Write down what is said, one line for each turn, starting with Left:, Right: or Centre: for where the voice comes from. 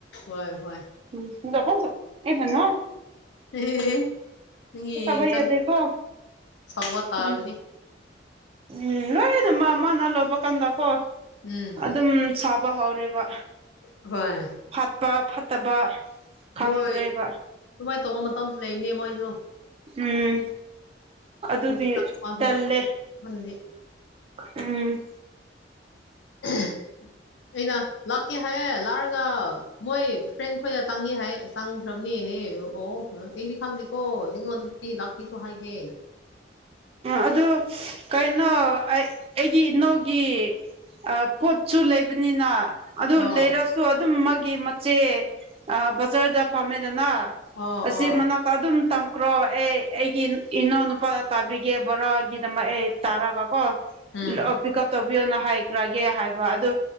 Left: ꯍꯣꯏ ꯍꯣꯏ
Right: <unintelligible>
Left: <unintelligible>
Right: ꯆꯥꯕ ꯌꯥꯗꯦꯀꯣ ꯎꯝ ꯎꯝ ꯍꯣꯏ ꯗꯨ ꯃꯥ ꯃꯥꯅ ꯂꯧꯕ ꯀꯥꯟꯗꯀꯣ
Left: ꯎꯝ
Right: ꯑꯗꯨꯝ ꯁꯥꯕ ꯍꯧꯔꯦꯕ
Left: ꯍꯣꯏ
Right: ꯐꯠꯄ ꯐꯠꯇꯕ ꯈꯪꯗ꯭ꯔꯦꯕ
Left: ꯍꯣꯏ ꯁꯨꯃꯥꯏ ꯇꯧꯕ ꯃꯇꯝꯁꯨ ꯂꯩꯕꯅꯦ ꯃꯣꯏꯁꯨ
Right: ꯎꯝ ꯑꯗꯨꯗꯤ
Left: <unintelligible>
Right: ꯇꯜꯂꯦ ꯎꯝ
Left: <inaudible> ꯑꯩꯅ ꯂꯥꯛꯀꯦ ꯍꯥꯏꯌꯦ ꯂꯛꯑꯒ ꯃꯣꯏ ꯐ꯭ꯔꯦꯟ ꯈꯣꯏꯒ ꯆꯪꯒꯦ ꯍꯥꯏꯌꯦ ꯆꯪꯈ꯭ꯔꯕꯅꯦ ꯍꯦ ꯑꯣ ꯑꯩꯗꯤ ꯈꯪꯗ꯭ꯦꯀꯣ ꯑꯩꯉꯣꯟꯗꯗꯤ ꯂꯥꯛꯀꯦꯁꯨ ꯍꯥꯏꯗꯦ
Right: ꯑꯗꯨ ꯀꯩꯅꯣ ꯑꯩ ꯑꯩꯒꯤ ꯅꯣꯏꯒꯤ ꯑ ꯄꯣꯠꯁꯨ ꯂꯩꯕꯅꯤꯅ ꯑꯗꯨ
Left: ꯑꯣ
Right: ꯂꯩꯔꯁꯨ ꯑꯗꯨꯝ ꯃꯥꯒꯤ ꯃꯆꯦ ꯕꯖꯥꯔꯗ ꯐꯝꯃꯦꯗꯅ
Left: ꯑꯣ
Right: ꯑꯁꯤ
Left: ꯑꯣ
Right: ꯃꯅꯥꯛꯇ ꯑꯗꯨꯝ ꯇꯝꯈ꯭ꯔꯣ ꯑꯦ ꯑꯩꯒꯤ ꯏꯅꯥꯎ ꯅꯨꯄꯥ ꯇꯕꯤꯒꯦ <unintelligible> ꯇꯔꯒꯀꯣ
Left: ꯎꯝ
Right: ꯄꯤꯛꯀꯞ <unintelligible> ꯅ ꯍꯥꯏꯈ꯭ꯔꯒꯦ ꯍꯥꯏꯕ ꯑꯗꯨ